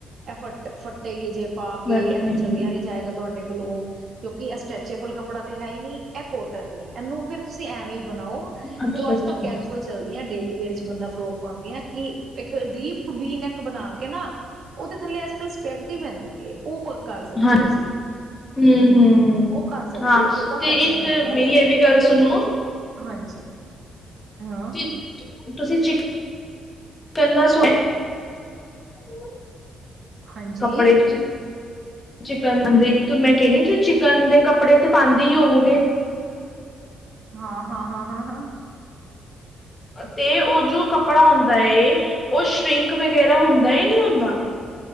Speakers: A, on the right; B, on the left.
A: ਐ ਫੱਟ ਫੱਟੇ ਗੀ ਜੇ ਪਾਕ
B: ਹਾਂਜੀ
A: ਕੇ
B: ਬੈਠੋ
A: ਇਹਨਾ ਚੱਲਿਆ ਨੀ ਜਾਏਗਾ ਤੁਹਾਡੇ ਕੋਲੋਂ ਕਿਉਂਕਿ ਇਹ ਸਟ੍ਰੈਚੇਬਲ ਕੱਪੜਾ ਹੈ ਹੀ ਨਹੀਂ ਇਹ ਕੋਟਨ ਏ, ਇਹਨੂੰ ਫਿਰ ਤੁਸੀਂ ਐਵੇਂ ਹੀ ਬਣਾਓ,
B: ਅੱਛਾ
A: ਜੋ
B: ਅੱਛਾ
A: ਅੱਜ ਕੱਲ ਕੈਜਅਲ ਚਲਦੀਆਂ ਡੇਲੀ ਵੇਅਰ ਚ ਬੰਦਾ ਫਰੋਕ ਪਾਉਂਦੀਆਂ ਕਿ ਇੱਕ ਡੀਪ ਵੀਨੈਕ ਬਣਾ ਕੇ। ਨਾ ਉਹਦੇ ਥੱਲੇ ਅੱਜ ਕੱਲ੍ਹ ਸਪੈਕਡੀ ਪੈਂਦੀ ਪਈ, ਉਹ ਕਰ ਸਕਦੇ
B: ਹਾਂ
A: ਤੁਸੀਂ।
B: ਹੂੰ ਹੂੰ
A: ਉਹ ਕਰ ਸਕਦੇ
B: ਹਾਂ
A: ਹੋ ਉਹਦਾ
B: ਤੇ
A: ਫੈਸ਼ਨ
B: ਇੱਕ
A: ਹੈਗਾ
B: ਮੇਰੀ
A: ਏ
B: ਇਹ ਵੀ ਗੱਲ
A: ਤੇ
B: ਸੁਣੋ
A: ਜ ਹਾਂਜੀ ਹਾਂ।
B: ਤੁਸੀਂ ਤੁਸੀਂ ਚਿਕਨ, ਦਾ ਸਵਾਇਆ।
A: ਹਾਂਜੀ
B: ਕੱਪੜੇ ਵਿੱਚ ਚਿਕਨ ਦੀ ਤੂੰ ਮੈਂ ਕਹਿੰਦੀ ਤੁਂ ਚਿਕਨ ਦੇ ਕੱਪੜੇ ਤੇ ਪਾਉਂਦੇ ਹੀ ਹੋਵੋਗੇ।
A: ਹਾਂ ਹਾਂ ਹਾਂ ਹਾਂ ਹਾਂ।
B: ਤੇ ਉਹ ਜੋ ਕੱਪੜਾ ਹੁਦਾ ਹੈ, ਉਹ ਸ਼ਿੰਕ ਵਗੈਰਾ ਹੁੰਦਾ ਨਹੀਂ ਹੁੰਦਾ।